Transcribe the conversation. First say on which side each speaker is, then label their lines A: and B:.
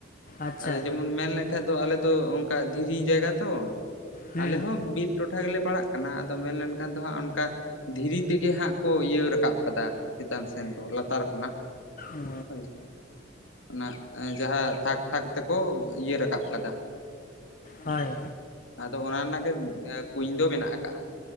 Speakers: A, on the left; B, on the left.
A: ᱟᱪᱪᱷᱟ
B: ᱟᱫᱚ ᱡᱮᱢᱚᱱ ᱢᱮᱱ ᱞᱮᱠᱷᱟᱡ ᱫᱚ ᱟᱞᱮ ᱫᱚ ᱚᱱᱠᱟ ᱫᱷᱤᱨᱤ ᱡᱟᱭᱜᱟ ᱛᱚ
A: ᱦᱩᱸ
B: ᱟᱞᱮ ᱦᱚᱸ ᱵᱤᱫ ᱴᱚᱴᱷᱟ ᱜᱮᱞᱮ ᱯᱟᱲᱟᱜ ᱠᱟᱱᱟ ᱟᱫᱚ ᱢᱮᱱᱞᱱᱠᱷᱟᱱ ᱫᱚ ᱦᱟᱸᱜ ᱚᱱᱠᱟ ᱫᱷᱤᱨᱤ ᱛᱮᱜᱮ ᱦᱟᱸᱜ ᱠᱚ ᱤᱭᱟᱹ ᱨᱟᱠᱟᱵ ᱪᱮᱛᱟᱱ ᱥᱮᱱ ᱫᱚ ᱞᱟᱛᱟᱨ ᱠᱷᱚᱱᱟᱜ
A: ᱚ
B: ᱦᱳᱭ ᱚᱱᱟ ᱡᱟᱦᱟᱸ ᱛᱷᱟᱠ ᱛᱷᱟᱠ ᱛᱮᱠᱚ ᱤᱭᱟᱹ ᱨᱟᱠᱟᱵ ᱠᱟᱫᱟ
A: ᱦᱳᱭ
B: ᱦᱮᱸ ᱟᱫᱚ ᱚᱱᱟ ᱨᱮᱱᱟᱜ ᱜᱮ ᱠᱩᱧ ᱫᱚ ᱢᱮᱱᱟᱜ ᱟᱠᱟᱜᱼᱟ